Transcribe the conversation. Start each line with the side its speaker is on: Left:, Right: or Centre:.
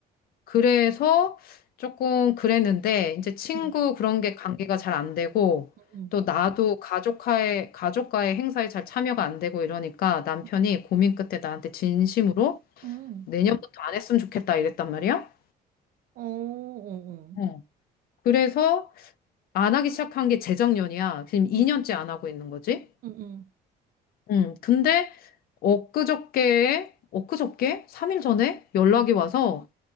Left: 그래서 조금 그랬는데 이제 친구
Right: 응,
Left: 그런 게 관계가 잘 안 되고
Right: 응,
Left: 또 나도 가족과의 가족과의 행사에 잘 참여가 안 되고 이러니까 남편이
Right: 응.
Left: 고민 끝에 나한테 진심으로
Right: 응.
Left: 내년부터 안 했으면 좋겠다 이랬단 말이야.
Right: 어, 어, 어.
Left: 어. 그래서 안 하기 시작한 게 재작년이야. 지금 2년째
Right: 응,
Left: 안 하고 있는 거지.
Right: 응,
Left: 음, 근데 엊그저께, 엊그저께? 3일 전에 연락이
Right: 응.
Left: 와서